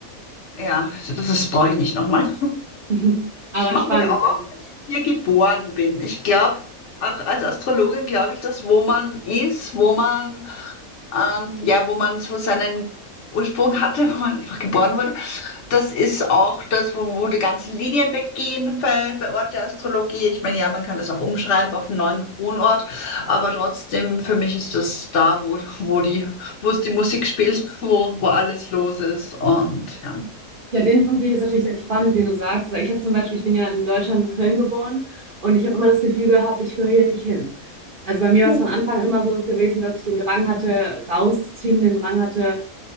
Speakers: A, on the left; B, on the right.
A: Ja, also das ist, brauche ich nicht nochmal.
B: <laughs> Aber
A: Ich mag
B: spannend.
A: auch,
B: also
A: dass ich hier geboren bin. Ich glaube, auch als Astrologin glaube ich, dass wo man ist, wo man, ähm, ja, wo man so seinen Ursprung hatte, wo man einfach geboren wurde, das ist auch das, wo, wo die ganzen Linien weggehen bei, bei Ort der Astrologie. Ich meine, ja, man kann das auch umschreiben auf einen neuen Wohnort, aber trotzdem, für mich ist das da, wo, wo die, wo es die Musik spielt, wo, wo alles los ist und ja.
B: Ja, den Punkt finde ich jetzt natürlich sehr spannend, den du sagst, weil ich habe zum Beispiel, ich bin ja in Deutschland, in Köln geboren und ich habe immer das Gefühl gehabt, ich gehöre hier nicht hin. Also bei mir war
A: Hm.
B: es von Anfang immer so gewesen, dass ich den Drang hatte, rauszuziehen, den Drang hatte,